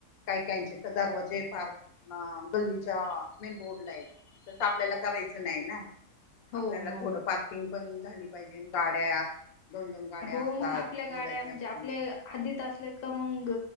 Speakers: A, on the left (about 75°); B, on the left (about 50°).
A: काही काहीचे तर दरवाजे पह अ गल्लीच्या मेनबोर्डला आहेत तसं आपल्याला करायचं नाही ना
B: हो
A: आपल्याला
B: हो
A: थोडं पार्किंग पण झाली पाहिजे गाड्या दोन दोन गाड्या
B: हो
A: असतात
B: मग आपल्या गाड्या
A: मुलाची
B: म्हणजे
A: असती
B: आपल्या हदीत मग